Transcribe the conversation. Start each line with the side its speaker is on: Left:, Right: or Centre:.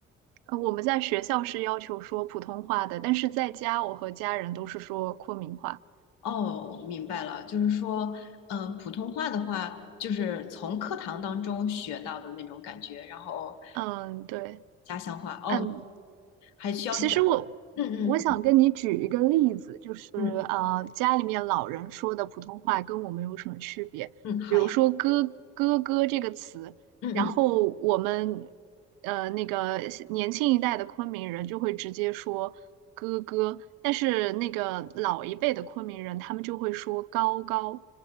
Right: 呃，我们在学校是要求说普通话的，但是在家我和家人都是说昆明话。
Left: 哦，明白了，就是说，嗯，普通话的话，就是从课堂当中学到的那种感觉，然后
Right: 嗯，对，
Left: 家乡话，哦，
Right: 嗯，
Left: 还需要转，
Right: 其实我我想跟你举一个例子，
Left: 嗯嗯。
Right: 就是呃，
Left: 嗯
Right: 家里面老人说的普通话跟我们有什么区别？
Left: 嗯，好呀，
Right: 比如说哥“哥哥”这个词，
Left: 嗯嗯，
Right: 然后我们呃那个年轻一代的昆明人就会直接说“哥哥”，但是那个老一辈的昆明人他们就会说“高高”，